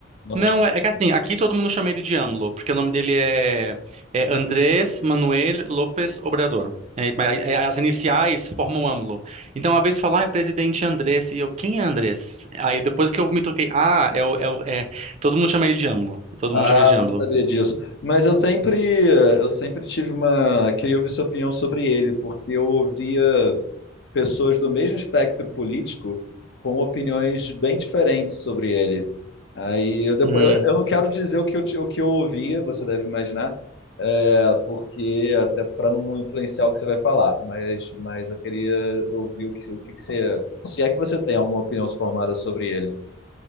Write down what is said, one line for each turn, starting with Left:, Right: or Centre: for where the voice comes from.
Left: Nome
Right: Não,
Left: de...
Right: é, é que assim, aqui todo mundo chama ele de AMLO, porque o nome dele é, é Andrés Manuel López Obrador. É, mas aí- aí as iniciais formam AMLO. Então, uma vez fala, ah, é o presidente Andrés, e eu, quem é Andrés? Aí depois que eu me toquei, ah, é, o- é, o- é, todo mundo chama ele de AMLO. Todo
Left: Ah,
Right: mundo chama ele de AMLO.
Left: não sabia disso. Mas eu sempre, eu sempre tive uma, queria ouvir sua opinião sobre ele, porque eu ouvia pessoas do mesmo espectro político com opiniões bem diferentes sobre ele. Aí eu depois
Right: Hum,
Left: eu, eu não quero dizer o que eu, ti- o que eu ouvia, você deve imaginar, é, porque até para não influenciar o que você vai falar, mas mas eu queria ouvir o que o que que você se é que você tem alguma opinião formada sobre ele.